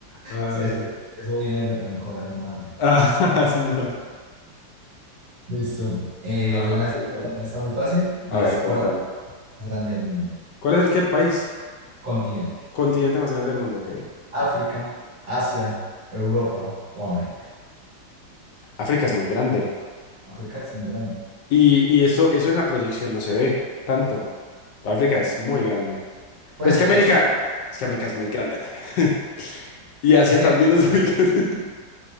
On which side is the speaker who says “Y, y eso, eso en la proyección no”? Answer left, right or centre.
Left